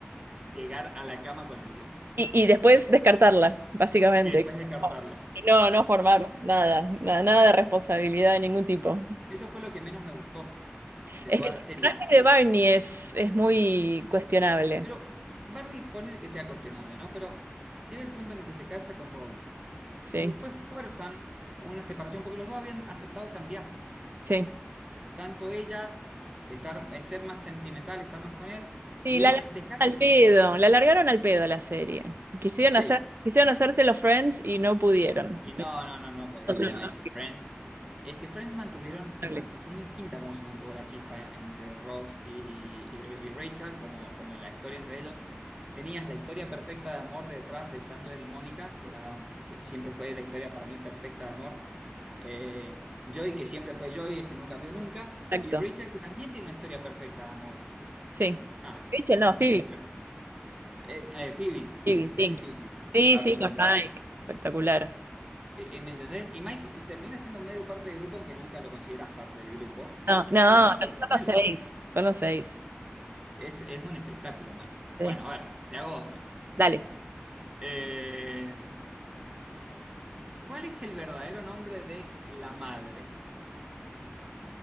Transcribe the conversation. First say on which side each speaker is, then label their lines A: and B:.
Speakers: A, on the right (about 20°); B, on the right (about 60°).
A: llegar a la cama con alguien
B: Y, y después descartarla, básicamente.
A: y después descartarla.
B: No, no formar nada, nada, nada de responsabilidad de ningún tipo.
A: Eso fue lo que menos me gustó de
B: Es
A: toda
B: que el
A: la serie.
B: personaje de Barney es, es muy cuestionable.
A: Pero Barney pone que sea cuestionable, ¿no? Pero llega el punto en el que se casa con Robin.
B: Sí,
A: Y después fuerzan una separación porque los dos habían aceptado cambiar.
B: sí.
A: Tanto ella, estar, eh, ser más sentimental, estar más con él,
B: Sí,
A: y
B: la
A: él
B: largaron
A: dejar
B: al
A: de ser.
B: pedo, la largaron al pedo la serie. Quisieron
A: Sí.
B: hacer, quisieron hacerse los Friends y no pudieron.
A: Y
B: Me
A: no, no, no, no
B: encantó,
A: podían.
B: pero
A: No,
B: no
A: es que Friends, es que Friends mantuvieron,
B: sale.
A: man- fue muy distinta cómo se mantuvo la chispa entre Ross y, y- y Rachel, como, como la historia entre ellos. Tenías la historia perfecta de amor detrás de Chandler y Mónica, que era, eh, que siempre fue la historia para mí perfecta de amor. Eh, Joey, que siempre fue Joey, ese no cambió nunca.
B: Exacto,
A: Y Rachel, que también tiene una historia perfecta de amor.
B: sí.
A: Nada,
B: Rachel, no,
A: es un
B: Phoebe,
A: espectáculo. Eh, eh, Phoebe,
B: Phoebe,
A: este,
B: sí.
A: sí, sí, sí,
B: Sí,
A: estaba
B: sí,
A: pensando
B: con
A: en
B: Mike.
A: Phoebe.
B: Espectacular.
A: Eh, eh, ¿Me entendés? Y Mike eh, termina siendo medio parte del grupo, aunque nunca lo considerás parte del grupo.
B: No, no,
A: Pero Mike es
B: son
A: genial.
B: los seis. Son los seis.
A: Es, es un espectáculo, Mike.
B: Sí.
A: Bueno, a ver, te hago otra.
B: Dale.
A: Eh, ¿cuál es el verdadero nombre de la madre?